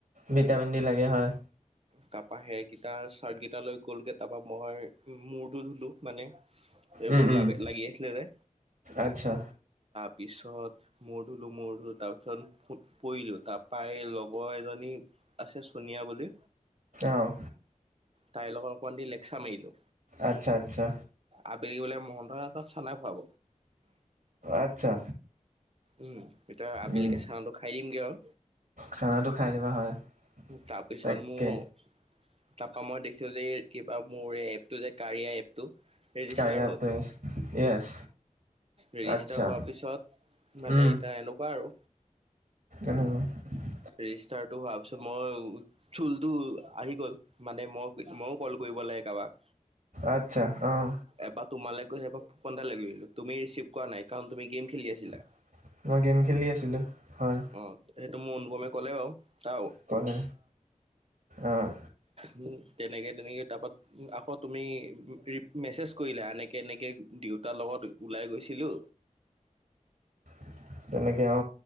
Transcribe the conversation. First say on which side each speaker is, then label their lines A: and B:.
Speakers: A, on the right; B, on the right.
A: ভিটামিন ডি লাগে হয়।
B: সেৰ চাৰ্ট কেইটা লৈ গ'লগে তাৰপা মই মোৰ টো ধুলো মানে এইবোৰ
A: উম, উম,
B: লাগ লাগি আছিলে যে।
A: আচ্ছা
B: পিছত মূৰ ধলো মূৰ ধলো তাৰ পিছত পৰিলো। তাৰাপৰা লগৰ এজনী আছে চনিয়া বুলি
A: অ',
B: তাইৰ লগত অকমান দি লেকচা মাৰিলো।
A: আচ্ছা, আচ্ছা,
B: আবেলি বোলে মহন্ত তই এ তাত চানা খুৱাব।
A: আত্ছা।
B: উম এতিয়া আবিলিকে
A: উম,
B: চাহটো খাই দিমগে আৰু।
A: চানাটো খাই দিবা হয়
B: তাৰপিছত
A: তাকে
B: মোৰ তাৰপা মই দেখছো যে। কিবা মোৰ এপটো যে কাৰিয়া এপ টো। ৰেজিষ্টাৰ
A: কাৰিয়া
B: হল
A: এপটোৱে য়েছ
B: ৰেজিষ্টাৰ
A: আচ্ছা
B: হোৱাৰ পিছত মানে
A: উম,
B: ইতয়া এনেকুৱা আৰু।
A: উম।
B: ৰেজিষ্টাৰ হোৱাৰ পিছত মই চুলটো আহি গল মানে মই মই কল কৰিবলৈ কাৰোবাক।
A: আচ্ছা আহ।
B: এবাৰ তোমালৈ কৈ সেই ফোন এটা লাগ গলো তুমি ৰিচিভ কৰা নাই কাৰণ তুমি গেম খেলি আছিলা।
A: <unintelligible> মই গেম খেলি আছিলোঁ হয়
B: অ সেইটো মোৰ অনুপমে ক'লে বাৰু তাৰ
A: ক'লে। আহ।
B: উম তেনেকে তেনেকে তাৰপৰা আকৌ তুমি মেছেজ কৰিলা এনেকে এনেকে দেউতাৰ লগত ওলাই গৈছিল। খিলো।
A: উ <unintelligible> তেনেকে অ